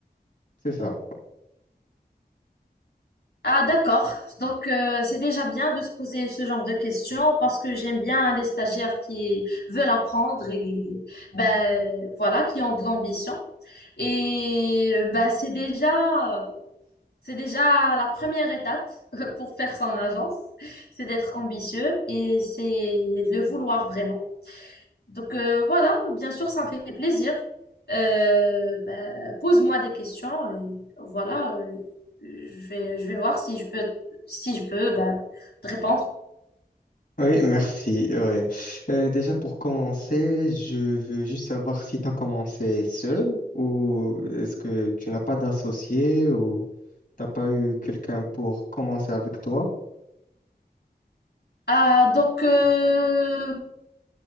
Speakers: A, on the left; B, on the left.
A: c'est ça.
B: Ah d'accord, donc euh, c'est déjà bien de se poser ce genre de questions parce que j'aime bien les stagiaires qui veulent apprendre et ben voilà, qui ont de l'ambition. Et euh, bah, c'est déjà, c'est déjà la première étape <laughs> pour faire son agence, c'est d'être ambitieux et c'est de le vouloir vraiment. Donc euh, voilà, bien sûr, ça me fait plaisir. Euh, ben, pose-moi des questions et voilà, euh, je vais, je vais voir si je peux, si je peux ben, te répondre.
A: Oui, merci. Ouais. Euh, déjà pour commencer, je veux juste savoir si t'as commencé seul ou est-ce que tu n'as pas d'associé ou t'as pas eu quelqu'un pour commencer avec toi?
B: Ah, donc euh,